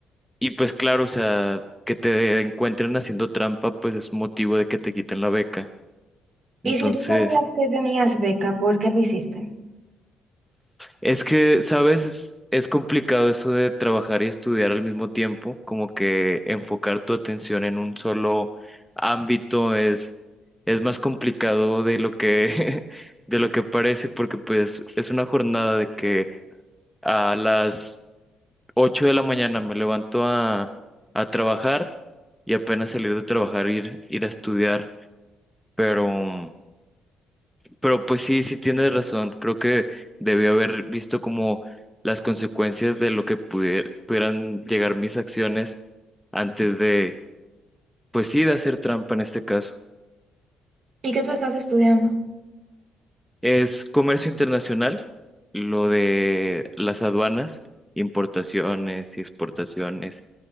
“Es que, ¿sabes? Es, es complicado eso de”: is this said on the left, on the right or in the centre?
Centre